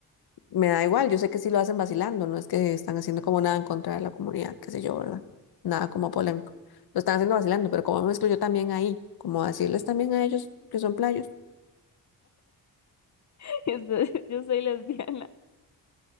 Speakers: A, on the left; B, on the left.
A: Me da igual, yo sé que sí lo hacen vacilando, no es que están haciendo como nada en contra de la comunidad, qué sé yo, ¿verdad? Nada como polémico. Lo están haciendo vacilando, pero como me excluyo también ahí, como decirles también a ellos que son playos.
B: <laughs> Entonces, yo soy lesbiana.